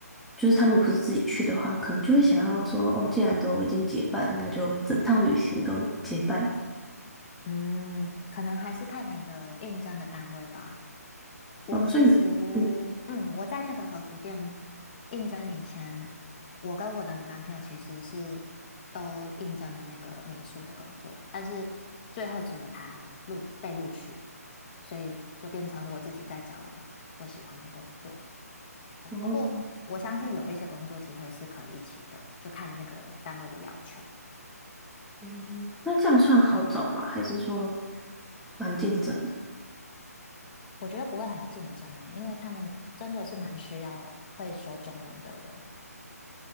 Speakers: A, in the centre; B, on the left (about 35°).
A: 就是他们不是自己去的话，可能就会想要说，哦，既然都已经结伴了那就整趟旅行都结伴。
B: 嗯，可能还是看你的应征的单位吧。我其实，
A: 哦，所以你嗯，
B: 嗯，我在那个和服店应征以前，我跟我的男朋友其实是都应征了那个民宿的工作，但是最后只有他录被录取，所以就变成我自己在找我喜欢的工作，对啊。
A: 然后
B: 不过我相信有一些工作机会是可以一起的，就看那个单位的要求。
A: 嗯那这样算好找吗？还是说蛮竞争的？
B: 我觉得不会很竞争的，因为他们真的是蛮需要会说中文的人。